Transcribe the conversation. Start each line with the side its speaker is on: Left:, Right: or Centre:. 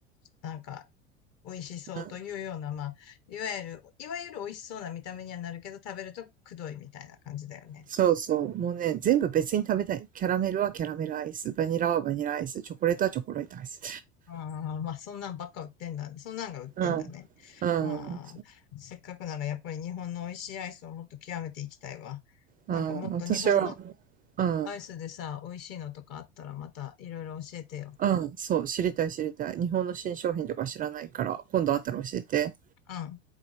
Left: なんか美味しそうというような、
Right: うん、
Left: まあ、いわゆる、いわゆる美味しそうな見た目にはなるけど、食べるとくどいみたいな感じだよね。
Right: そうそう。もうね、全部別に食べたい。キャラメルはキャラメルアイス、バニラはバニラアイス、チョコレートはチョコレートアイス。
Left: ああ、まあ、そんなんばっか売ってんだ。そんなんが売ってんだね。
Right: うん、うん、
Left: まあ、せっかくならやっぱり日本の美味しいアイスをもっと極めていきたいわ。
Right: うん、
Left: なんかもっと日本の
Right: 私は、うん。
Left: アイスでさ、美味しいのとかあったらまたいろいろ教えてよ。
Right: うん、そう、知りたい知りたい。日本の新商品とか知らないから、今度あったら教えて。
Left: うん。